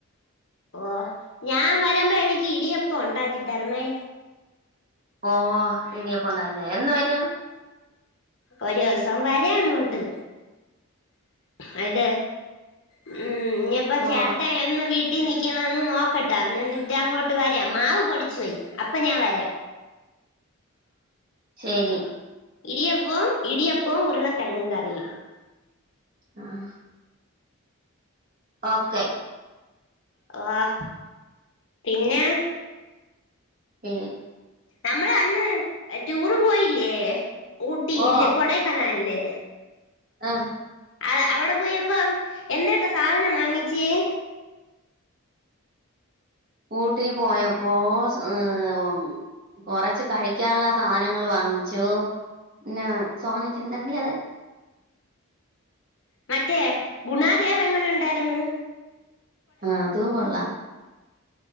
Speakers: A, on the left; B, on the right.
A: ഓഹ് ഞാൻ വരുമ്പം എനിക്ക് ഇടിയപ്പം ഒണ്ടാക്കി തരണേ
B: ഓഹ് ഇടിയപ്പം ഒണ്ടാക്കി തര എന്ന് വരും
A: ഒരി ഓസം വര അങ്ങോട്ട് <unintelligible> ഉം ഇനി എപ്പ
B: ഓ
A: ചേട്ടൻ എന്ന് വീ ട്ടി നിക്കിണന്ന് നോക്കട്ടെന്ന് എന്നിട്ട് അങ്ങോട്ട് വരാം മാവ് പൊടിച്ച് വെയി അപ്പൊ ഞാൻ വരാ
B: ശെരി
A: ഇടിയപ്പം ഇടിയപ്പം ഉരുളകെഴങ് കറിയും
B: ആഹ് ഓക്കെ
A: ആഹ്.. പിന്നേ
B: ഏയ്
A: നമ്മളന്ന് എ ടൂറ് പോയില്ലേ ഊട്ടില്ല്
B: ഓ
A: കൊടൈകനാലില്
B: ആഹ്
A: ആ അവിടെ പോയപ്പോ എന്തേക്കെ സാധനം വാങ്ങിച്ച്?
B: ഊട്ടി പോയപ്പോ സ് ഏ മ് കൊറച്ച് കഴിക്കാൻള്ള സാനങ്ങൾ വാങ്ങിച്ചു പിന്നെ സോനക്ക് എന്തരടി അത്?
A: മറ്റേ ഗുണാ കേവ് എങ്ങനൊണ്ടായിരുന്നു
B: ആഹ് തും കൊള്ളാം